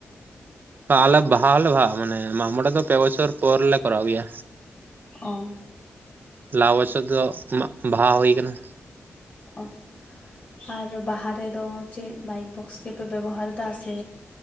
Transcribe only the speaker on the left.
ᱚ
ᱚᱦ ᱟᱨ ᱵᱟᱦᱟ ᱨᱮᱫᱚ ᱪᱮᱫ ᱢᱟᱭᱤᱠ ᱵᱚᱠᱥ ᱜᱮᱯᱮ ᱵᱮᱵᱚᱦᱟᱨ ᱮᱫᱟ ᱥᱮ